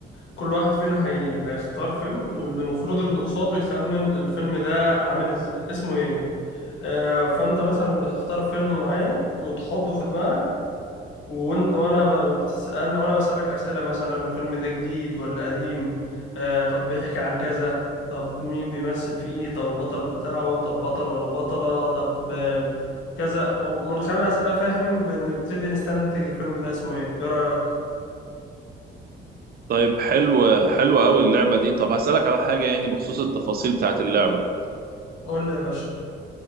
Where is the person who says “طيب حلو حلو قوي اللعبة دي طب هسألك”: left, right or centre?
Right